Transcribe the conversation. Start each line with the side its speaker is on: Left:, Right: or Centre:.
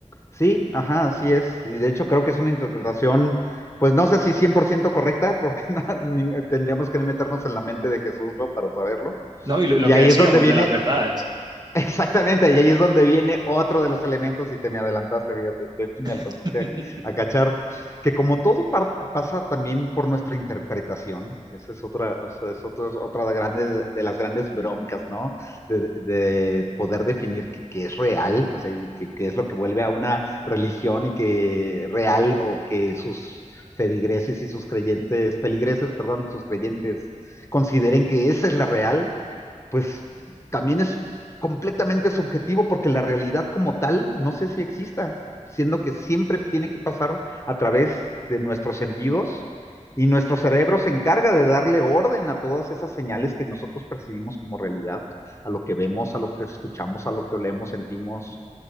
Left: Sí, ajá, así es. Y de hecho creo que es una interpretación, pues no sé si 100% correcta, porque <laughs> no- ni- tendríamos que meternos en la mente de Jesús, ¿no? Para saberlo.
Right: No, y lo, lo
Left: Y
Right: que
Left: ahí
Right: decíamos
Left: es donde viene
Right: de las verdades.
Left: Exactamente, y ahí es donde viene otro de los elementos, y te me adelantaste, fíjate, te- me alcanzaste
Right: <laughs>
Left: a, a cachar, que como todo par- pasa también por nuestra interpretación, esa es otra, o sea, es otro- es otra de, grande- de las grandes broncas, ¿no? De, de poder definir qué qué es real, o sea, y qué qué es lo que vuelve a una religión y que real, o que sus feligreses y sus creyentes, feligreses, perdón, y sus creyentes consideren que esa es la real pues también es completamente subjetivo porque la realidad como tal no sé si exista, siendo que siempre tiene que pasar a través de nuestros sentidos y nuestro cerebro se encarga de darle orden a todas esas señales que nosotros percibimos como realidad, a lo que vemos, a lo que escuchamos, a lo que olemos, sentimos,